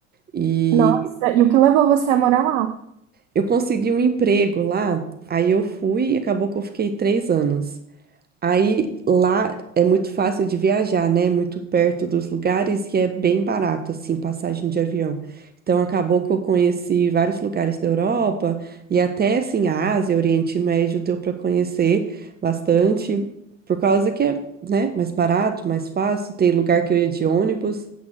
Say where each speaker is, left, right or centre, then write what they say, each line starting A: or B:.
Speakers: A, on the right; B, on the right.
A: E
B: Nossa, e o que levou você a morar lá?
A: eu consegui um emprego lá, aí eu fui e acabou que eu fiquei três anos. Aí lá é muito fácil de viajar, né? Muito perto dos lugares e é bem barato, assim, passagem de avião. Então acabou que eu conheci vários lugares da Europa e até assim a Ásia, Oriente Médio deu para conhecer bastante, por causa que é, né, mais barato, mais fácil. Tem lugar que eu ia de ônibus.